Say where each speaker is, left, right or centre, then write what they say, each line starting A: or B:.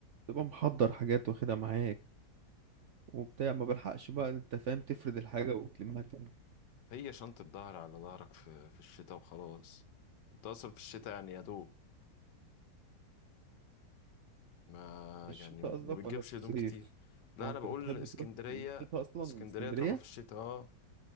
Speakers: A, on the right; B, on the left.
A: محضر حاجات واخدها معاك وبتاع ما بلحقش بقى انت فاهم تفرد الحاجة وتلمها تاني
B: هي شنطة ظهر على ظهرك في في الشتاء وخلاص انت اصلا في الشتاء يعني يا دوب ما
A: في الشتاء
B: يعني
A: قصدك
B: ما بتجيبش
A: ولا في
B: هدوم
A: الصيف
B: كتير لا
A: هو
B: انا
A: انت
B: بقول
A: بتحب
B: اسكندرية
A: تروح في الشتاء اصلا
B: اسكندرية
A: اسكندرية
B: تروحها في الشتاء اه